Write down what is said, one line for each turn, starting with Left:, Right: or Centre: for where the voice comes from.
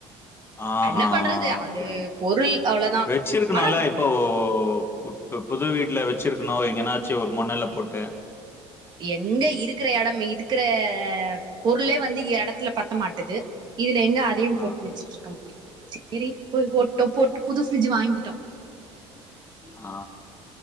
Left: ஆ
Right: என்ன
Left: ஹா
Right: பண்றது
Left: ஓக்கே
Right: அது பொருள் அவ்ளோதான்.
Left: வச்சிருக்கணுல்ல
Right: ஆனா
Left: இப்போ இப்போ இப்ப புது வீட்ல வச்சிருக்கணு எங்கனாச்சு ஒரு மண்ணுல்ல போட்டு
Right: எங்க இருக்கற இடமே இருக்கற பொருளே வந்து எடத்துல பத்தமாட்டது இதுல எங்க அதையு போட்டு
Left: ஆஹா.
Right: வச்சுட்டு இருக்க முடியு சேரி போய் போட்டோ
Left: ம்.
Right: போட்டு புது ஃப்ரிட்ஜ் வாங்கிட்டோ
Left: ஆ